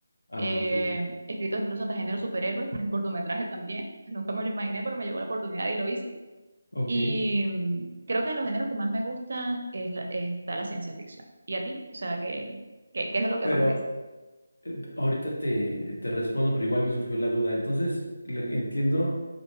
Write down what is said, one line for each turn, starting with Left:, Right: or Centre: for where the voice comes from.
Left: Ah,
Right: eh,
Left: ok,
Right: escritos incluso hasta género superhéroe para el cortometraje también. <laughs> Nunca me lo imaginé, pero me llegó la oportunidad y lo hice.
Left: ok.
Right: Y mm, creo que de los géneros que más me gustan es la, está la ciencia ficción. ¿Y a ti? O sea, ¿qué, qué, qué es de lo que
Left: Pero
Right: más ves?
Left: eh, ahorita te, te respondo, pero igual me surgió la duda. Entonces, lo- entiendo